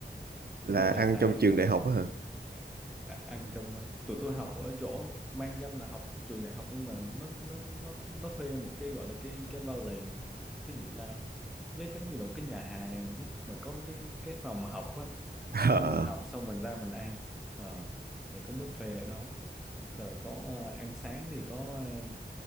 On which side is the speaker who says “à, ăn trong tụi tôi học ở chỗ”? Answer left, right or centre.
Centre